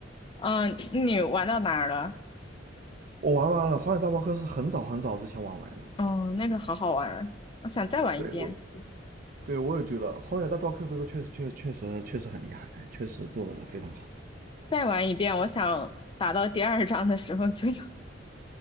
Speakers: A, on the left; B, on the right.
A: 嗯，你玩到哪儿了？
B: 我玩完了，《荒野大镖客》是很早很早之前玩完的。
A: 嗯，那个好好玩，我想再玩一遍，
B: 对，我对我也觉得《荒野大镖客》这个确实确确实确实很厉害，确实做得非常好。
A: 再玩一遍。我想打到第二章的时候就 <laughs>